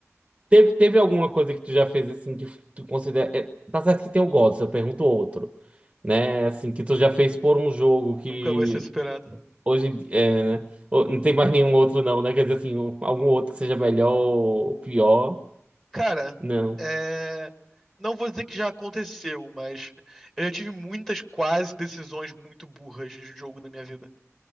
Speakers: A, on the right; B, in the centre.
A: Teve, teve alguma coisa que tu já fez assim que tu considera. é, tá certo que tem o GOTS, eu pergunto outro. Né? Assim, que tu já fez por um jogo que
B: Nunca vai ser superado.
A: hoje. em di- É, né? Ô, Não tem mais nenhum outro, não, né? Quer dizer assim, um- algum outro que seja melhor ou pior.
B: Cara,
A: Não.
B: é... não vou dizer que já aconteceu, mas eu já tive muitas quase decisões muito burras de jogo na minha vida.